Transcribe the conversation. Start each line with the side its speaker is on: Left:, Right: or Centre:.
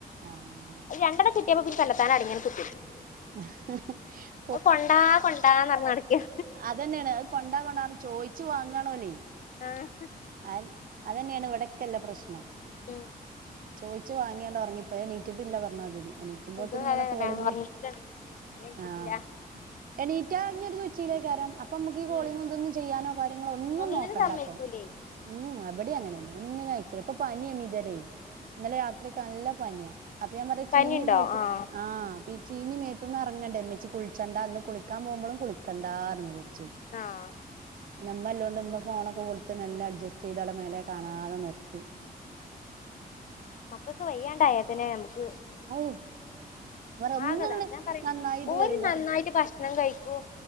Right: ആഹ്
Left: അത് രണ്ടണ്ണം കിട്ടിയപ്പോ പിന്നെ തന്നെത്താനെ അടങ്ങി അങ്ങ് കുത്തിരുന്ന്
Right: <inaudible>
Left: അത് കൊണ്ടാ കൊണ്ടാന്ന് പറഞ്ഞ് നടക്കും
Right: അത് തന്നെയാണ് അത് കൊണ്ടാ കൊണ്ടാർഞ്ഞ് ചോയിച്ചു വാങ്ങാണ് ഓലെ
Left: ആഹ്
Right: അ അതന്നെയാണ് ഇവിടക്കെല്ല പ്രശ്നം
Left: ഉം
Right: ചോയിച്ച്‌വാങ്ങിയാണ്ട് ഒറങ്ങിപ്പോ എണീറ്റിട്ടില്ല പറഞ്ഞാതിനി എണീക്കുമ്പോത്തിന്
Left: ഇത്
Right: ഇങ്ങനെ
Left: അതെ തന്നെ
Right: കോളിങ്ങ്
Left: ഉറങ്ങിക്കാണ് പിന്നെ എണീറ്റിട്ടില്ല
Right: ആഹ്‌ എണീറ്റ ഇഞ്ഞ് ഒരു തുച്ചിയിലേക്കാരം അപ്പോ നമുക്കി കോളിങ്
Left: ഉം
Right: ഇതൊന്നും ചെയ്യാനോ കാര്യങ്ങളോ ഒന്നും
Left: ഒന്നിനും
Right: നോക്കണ്ട
Left: സമ്മതിക്കൂലേ
Right: അപ്പൊ ഉം ഇപടിഅങ്ങനെയന്ന ഒന്നിനും ആയിക്കൂല ഇപ്പൊ പനി അണ് ഇതുവരെ ഇന്നലെ രാത്രിക്കെ നല്ല പനിയാ അപ്പൊ ഞാൻ പറഞ്ഞു
Left: പനിയുണ്ടോ
Right: ചീഞ് മേത്
Left: ആഹ്
Right: ആ പി ചീഞ് മേത്‌ന്ന് ഇറങ്ങണ്ടേ ഇമ്മച്ചി കുളിച്ചണ്ട ഇന്ന് കുളിക്കാൻ പോകുമ്പോളും കുളിക്കണ്ടന്ന് ച്ചിൻ
Left: ആഹ്
Right: പിന്നെ ഇമ്മ ഇല്ലാണ്ട് ഇമ്മ ഫോൺ ഒക്കെ കൊടുത്ത് മെല്ലാ അഡ്ജസ്റ്റ് ചെയ്ത്‌ മോലെ കാണാതെ നിർത്തി
Left: മക്കൾക്ക് വയ്യാണ്ടായാൽ തന്നെ നമുക്ക്
Right: അയ് വെറെ ഒന്ന്
Left: ആകെ ഇതാണ്
Right: ഇങ്ങട്
Left: ഞാൻ പറയും
Right: നന്നായി ഇത്
Left: ഓര്
Right: വരുമ്പോത്ത്ന്
Left: നന്നായിട്ട് ഭക്ഷണം കഴിക്കൂ